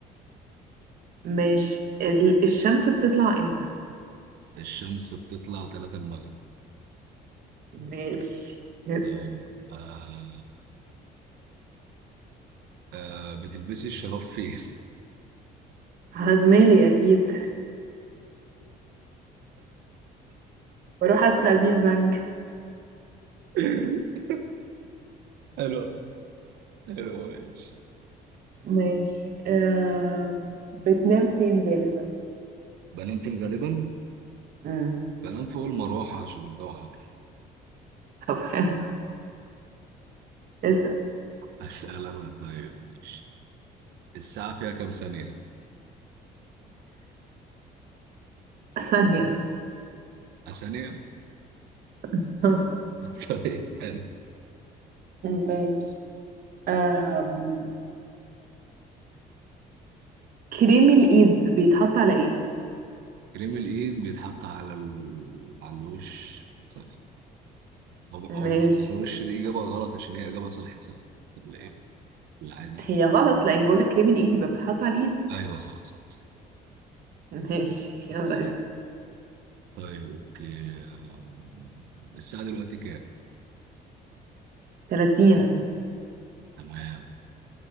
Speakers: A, on the right; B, on the right.
A: ماشي ال... الشمس بتطلع امتى
B: الشمس بتطلع تلاتة المغرب
A: ماشي اسأل
B: طيب آه آه بتلبسي الشراب فين؟
A: على دماغي أكيد بروح أسرق بيه البنك
B: <laughs> حلو حلو ماشي
A: ماشي آه... بتنام فين غالبا
B: بنام فين غالبا؟
A: امم
B: بنام فوق المروحة عشان الجو حر
A: طب حلو اسأل
B: أسأل أنا طيب ماشي الساعة فيها كام ثانية؟
A: ثانية
B: آه، ثانية؟
A: <laughs>
B: <laughs> طيب حلو
A: ماشي آم... كريم الإيد بيتحط على إيه؟
B: كريم الإيد بيتحط على ال... على الوش صحيح هو بي- هو
A: ماشي
B: بيتحط على الوش دي إجابة غلط عشان هي إجابة صح صح ولا إيه؟ العادي
A: هي غلط لأني بقولك كريم الإيد يبقى بيتحط على الإيد
B: أيوه صح صح صح,
A: ماشي يلا
B: صح.
A: اسأل
B: طيب أوكي آم، الساعة دلوقتي كام؟
A: 30
B: تمام